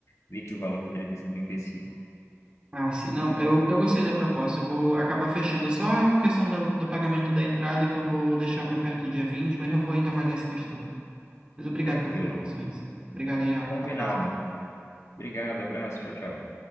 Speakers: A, on the left; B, on the right.
A: vi que o valor poderia ter sido um empecilho.
B: Ah, sim, não, eu, eu gostei da proposta, eu vou acabar fechando. É só a questão da- do pagamento da entrada que eu vou deixar para perto do dia vinte mas eu vou ainda avaliar essa questão. Mas obrigado
A: Tranquilo.
B: pelas informações. Obrigado aí, ó.
A: Combinado. Obrigado, abraço, tchau, tchau.